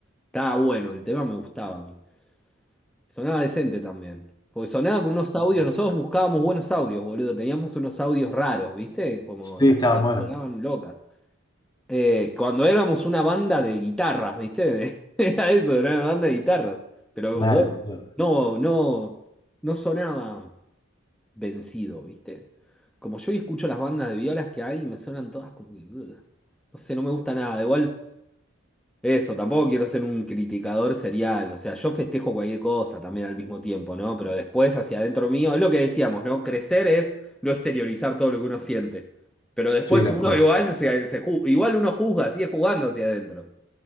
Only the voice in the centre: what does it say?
Estaba bueno, el tema me gustaba a mí. Sonaba decente también. Porque sonaba con unos audios, nosotros buscábamos buenos audios, boludo. Teníamos unos audios raros, ¿viste? Como
las
cosas
sonaban locas. Eh, cuando éramos una banda de guitarras, ¿viste? <laughs> Era eso, era una banda de guitarras. Pero
bueno,
no, no, no sonaba. vencido, ¿viste? Como yo hoy escucho las bandas de violas que hay, me suenan todas como que. ugh, no sé, no me gusta nada. Igual, eso, tampoco quiero ser un criticador serial. O sea, yo festejo cualquier cosa también al mismo tiempo, ¿no? Pero después, hacia adentro mío, es lo que decíamos, ¿no? Crecer es no exteriorizar todo lo que uno siente. Pero después
uno
igual se, se ju- igual uno juzga, sigue jugando hacia adentro.